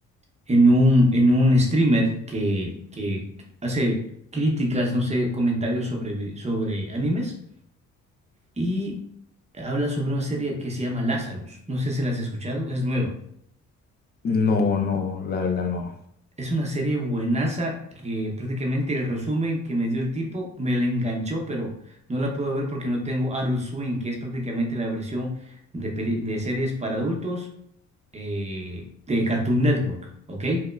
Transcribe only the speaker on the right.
en un en un streamer que, que hace críticas, no sé, comentarios sobre vi- sobre animes y habla sobre una serie que se llama Lazarus. No sé si la has escuchado, es nueva.
Es una serie buenaza que prácticamente el resumen que me dio el tipo me la enganchó, pero no la puedo ver porque no tengo Adult Swim, que es prácticamente la versión de, peli- de series para adultos eh, de Cartoon Network, ¿ok?